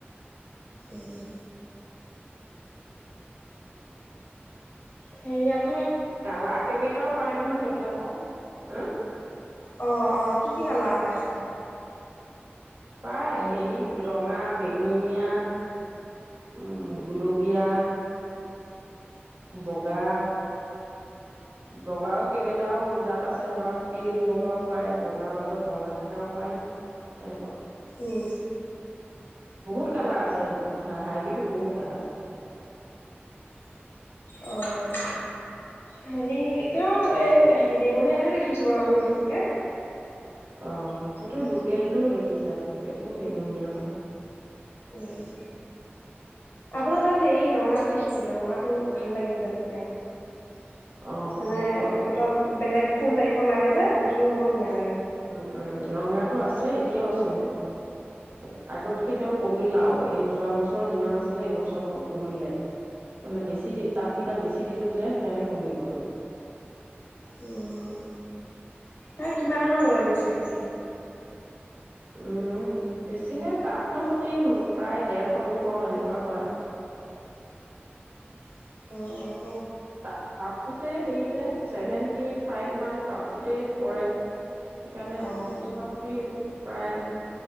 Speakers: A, on the left; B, on the right.
A: উম সেইআৱ
B: জাবা কেইবেইটাও পাই নহয় সেইবিলাকৰ হম
A: অ-অ কি-কি কালাৰ পায়।
B: পায় হেৰি ৰঙা, বেঙুনীয়া উ গুলপীয়া, বগা বগাও কেইবটাও জাত আছে ধৰক ক্লিন বগাও পায় বগাৰ মাজত ৰঙা থকাও পায় সেনেকুৱা
A: উম
B: বহুত কালাৰ আছে হাইব্ৰীটো বহুত কালাৰ আছে।
A: অ' হেৰি তেওঁ এই বেঙুনীয়াটে দেখিছো বাৰু আমি বেছিকে।
B: অ সেইটো লোকেলটোও দেখিছা লোকেলটো বেঙুনীয়া হয়।
A: উম আপোনাৰ তাত হেৰি ৰঙাটো দেখিছিলো, ৰঙাটো ভাল লাগিছিলে তেতিয়া।
B: অ
A: মানে
B: অ
A: মলপ বেলেগ ফুল টাইপৰ লাগে যে দেখিব বৰ ধুনীয়া লাগে।
B: উম-উম ৰঙাতো আছে, এতিয়াও আছে, মোৰ আগতকে তেওঁ কমিলাও এই যোৱা বছৰ যিমান আছিলে। এইবছৰ অকণ কমিলে মানে বেছি টাপ কেইটাপ বেছি দিলোঁ যে সেইকাৰণে কমি গ'ল।
A: উম হ কিমান মান লয় বেছিলে?
B: উম বেচিলে তাপতো সতি প্ৰায় ডেৰশ দুশ এনেকুৱা হয়, আৰু
A: উম
B: ত তাপটোতে সেই যে ছেভেন <unintelligible> ফাইভ মান টাপটোতে পৰে সেইকাৰণে
A: অ'।
B: ফুলজোপা প্ৰতি প্ৰায়